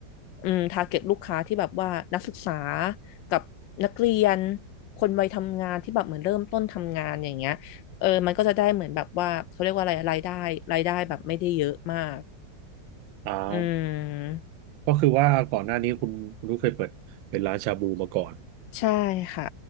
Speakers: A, on the left; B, on the right.
A: อืมทาร์เก็ตลูกค้าที่แบบว่านักศึกษากับนักเรียนคนวัยทำงานที่แบบเหมือนเริ่มต้นทำงานอย่างเงี้ยเออมันก็จะได้เหมือนแบบว่าเขาเรียกว่าอะไรรายได้รายได้แบบไม่ได้เยอะมาก
B: อ่า
A: อืม
B: ก็คือว่าก่อนหน้านี้คุณคุณอุ้ยเคยเปิดเป็นร้านชาบูมาก่อน
A: ใช่ค่ะ